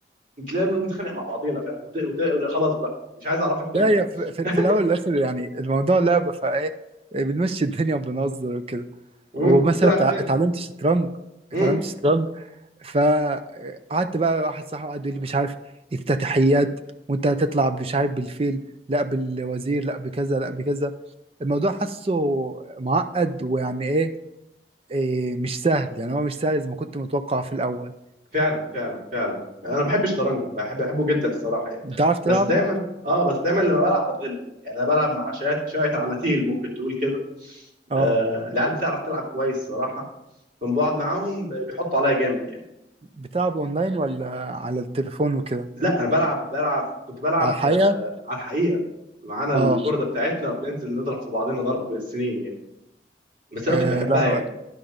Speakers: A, on the right; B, on the right.
A: تلاقينا بنتخانق مع بعضينا فاهم وت... وت... خلاص بقى مش عايز اعرفك تاني
B: لا هي
A: يا عم
B: في, في,
A: <laughs>
B: في الاول والاخر يعني الموضوع لعبة فايه بنمشي الدنيا وبنهزر وكده
A: امم
B: ومثلا
A: بتلعب
B: اتع-
A: ايه تاني
B: اتعلمت شطرنج
A: امم
B: اتعلمت شطرنج فقعدت بقى واحد صاحبي قعد يقول لي مش عارف افتتاحيات وانت هتطلع مش عارف بالفيل لا بالوزير لا بكذا لا بكذا الموضوع حاسه معقد ويعني ايه, إيه مش سهل يعني هو مش سهل زي ما كنت متوقع في الاول
A: فعلا فعلا فعلا انا بحب الشطرنج بحب بحبه جدا الصراحه يعني
B: بتعرف تلعبه؟
A: بس دايما اه بس دايما لما بلعب بتغلب يعني انا بلعب مع شويه شويه عناتيل ممكن تقول كده
B: اه
A: آه العيال بتعرف تلعب كويس صراحه فلما بقعد معاهم بيحطوا عليا جامد يعني
B: بتلعبه اونلاين ولا على التليفون وكده؟
A: لا انا بلعب بلعب كنت بلعب
B: على الحقيقة
A: آه، على الحقيقه معانا البورده
B: اه
A: بتاعتنا وبننزل نضرب في بعضنا ضرب السنين يعني بس انا
B: آه،
A: كنت بحبها
B: لا
A: يعني